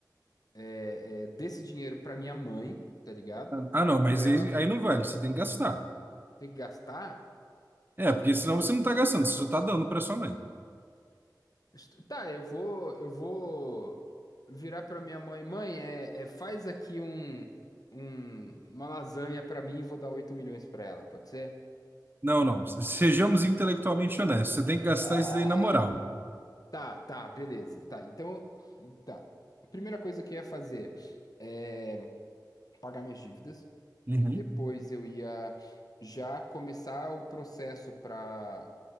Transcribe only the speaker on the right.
Ah, não, mas
aí,
aí não vale, você tem que gastar.
É, porque senão
você não tá gastando, você só tá dando pra sua mãe.
Não, não, sejamos intelectualmente honestos, você tem que gastar
isso daí na moral.
Uhum.